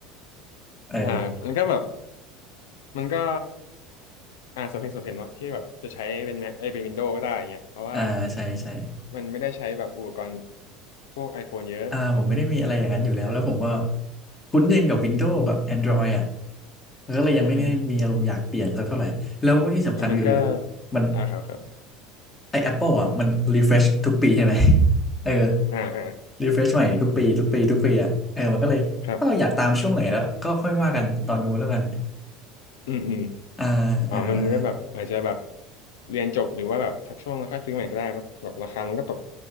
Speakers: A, on the left; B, on the left.
A: เออ
B: อ่ามันก็แบบมันก็อ่าสมเหตุสมผลเนาะที่แบบจะใช้เป็นแม็กไอยเป็นวินโดว์ก็ได้อย่างเงี้ยเพราะว่า
A: อ่าใช่ใช่
B: มันไม่ได้ใช้แบบอุปกรณ์พวก iPhone เยอะ
A: อ่าผมไม่ได้มีอะไรอย่างนั้นอยู่แล้วแล้วผมก็คุ้นชินกับ Windows กับ Android อ่ะแล้วก็เลยยังไม่ได้มีอารมณ์อยากเปลี่ยนสักเท่าไหร่แล้วที่สำคัญคือ
B: อืมอืมก็มันก็
A: มัน
B: อ่าครับครับ
A: ไอ้ Apple อ่ะมัน refresh ทุกปีใช่ไหม <laughs> เออ
B: อ่าอ่า
A: refresh ใหม่ทุกปีทุกปีทุกปีอ่ะเออมันก็เลยถ้าเราอยากตามช่วงไหนแล้วก็ค่อยว่ากันตอนนู้นแล้วกัน
B: ครับอืมอืม
A: อ่าเออเออ
B: อ๋อมันก็แบบอาจจะแบบเรียนจบหรือว่าแบบสักช่วงแล้วค่อยซื้อใหม่ก็ได้เนาะแบบราคามันก็ตก